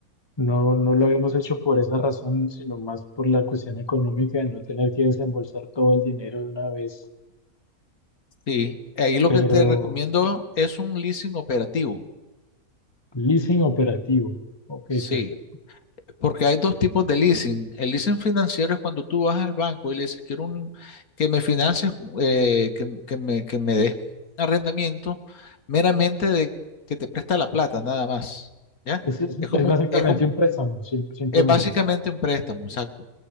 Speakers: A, on the left; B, on the left.
A: no, no lo habíamos hecho por esa razón, sino más por la cuestión económica de no tener que desembolsar todo el dinero de una vez.
B: sí, ahí lo
A: Pero
B: que te recomiendo es un leasing operativo.
A: leasing operativo. Ok,
B: Sí,
A: perfecto.
B: Porque hay dos tipos de leasing. El leasing financiero es cuando tú vas al banco y le dices, quiero un, que me financies, eh, que, que me, que me des arrendamiento meramente de que te presta la plata, nada más. ¿Ya?
A: Es, es,
B: Es como,
A: es básicamente
B: es como,
A: un préstamo, sí, simplemente.
B: es básicamente un préstamo, exacto.